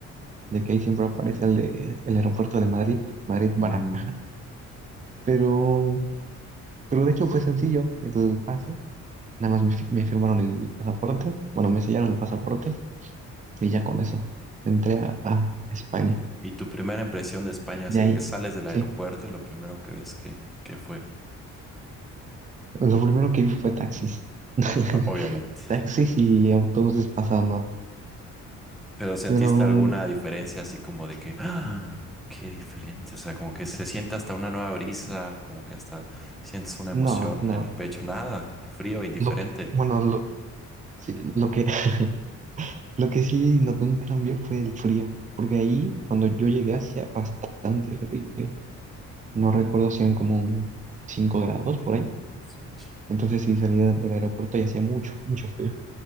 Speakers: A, on the right (about 25°); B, in the centre.
A: de que ahí siempre aparece el, de, el aeropuerto de Madrid, Madrid
B: Mm.
A: Baraja. Pero, pero de hecho fue sencillo el pase. Nada más me, fi- me firmaron el pasaporte, bueno, me sellaron el pasaporte y ya con eso entré
B: Oh.
A: a, a a España.
B: ¿Y tu primera impresión de España, así
A: De ahí.
B: de que sales del aeropuerto
A: Sí,
B: y lo primero que ves que, que fue?
A: Lo primero que vi fue taxis. <laughs>
B: Ah, Obviamente.
A: Taxis y autobuses pasando.
B: Pero ¿sentiste
A: Pero
B: alguna
A: mm,
B: diferencia así como de que, ¡ah! qué diferente? O sea, como que se siente hasta una nueva brisa, como que hasta sientes una emoción
A: no, no.
B: en el pecho, nada, frío, indiferente.
A: Lo que, bueno, lo, sí, lo que, <laughs> lo que sí noté un cambio fue el frío. Porque ahí, cuando yo llegué, hacía bastante frío. No recuerdo si eran como un 5 grados por ahí.
B: Es mucho.
A: Entonces sí salía del aeropuerto y hacía mucho, mucho frío.